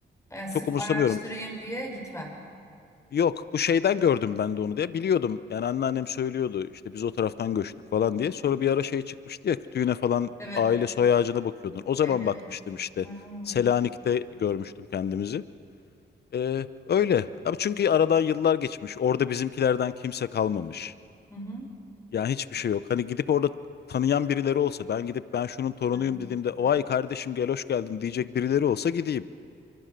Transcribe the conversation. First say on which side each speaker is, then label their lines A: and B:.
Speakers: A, on the left; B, on the left.
A: E, sırf
B: Çok umursamıyorum.
A: araştırayım diye gitmem.
B: Yok, bu şeyden gördüm ben de onu diye. Biliyordum. Yani anneannem söylüyordu işte biz o taraftan göçtük falan diye. Sonra bir ara şey çıkmıştı ya kütüğüne falan
A: Evet.
B: aile soy ağacına bakıyordun. O zaman
A: Evet,
B: bakmıştım
A: evet.
B: işte.
A: Hmm.
B: Selanik'te görmüştüm kendimizi. Ee, öyle. Abi çünkü aradan yıllar geçmiş. Orada bizimkilerden kimse kalmamış.
A: Hı hı.
B: Yani hiçbir şey yok. Hani gidip orada tanıyan birileri olsa ben gidip ben şunun torunuyum
A: Aynen.
B: dediğimde vay kardeşim gel hoş geldin diyecek birileri olsa gideyim.